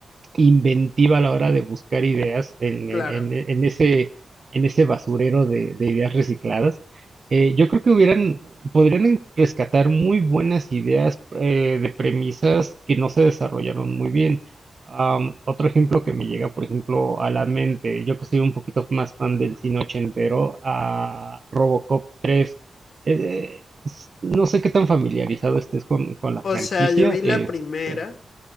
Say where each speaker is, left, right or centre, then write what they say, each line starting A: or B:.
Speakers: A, on the right; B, on the left.
A: inventiva a la hora de buscar ideas en,
B: Claro.
A: en- en- en ese, en ese basurero de, de ideas recicladas. Eh, yo creo que hubieran, podrían rescatar muy buenas ideas eh, de premisas que no se desarrollaron muy bien. Am, otro ejemplo que me llega, por ejemplo, a la mente, yo que soy un poquito más fan del cine ochentero, a Robocop 3. Eh, s- no sé qué tan familiarizado estés con, con la
B: O
A: franquicia.
B: sea, yo vi
A: Este,
B: la primera,